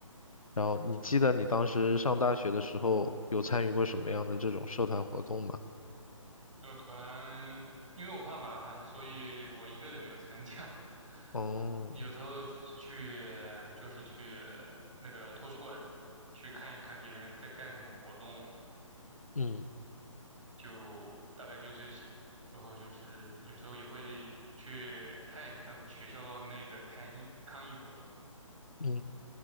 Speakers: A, on the left; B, on the right.
A: 然后你记得你当时上大学的时候有参与过什么样的这种社团活动吗？
B: 社团，因为我怕麻烦，所以我一个都没有参加。<laughs>
A: 哦，
B: 我有时候就是去，就是去那个图书馆去看一看别人在干什么活动了，
A: 嗯
B: 就大概就这些。然后就是有时候也会去看一看学校内的抗议抗议活动。
A: 嗯。